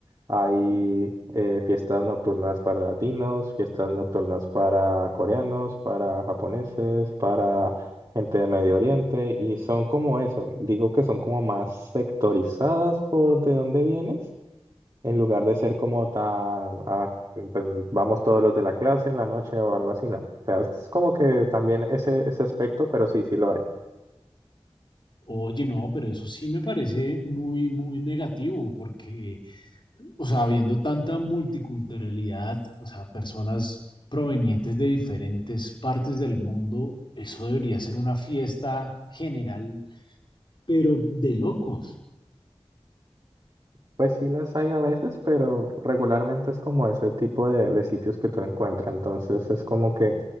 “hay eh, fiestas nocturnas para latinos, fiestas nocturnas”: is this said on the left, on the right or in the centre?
Right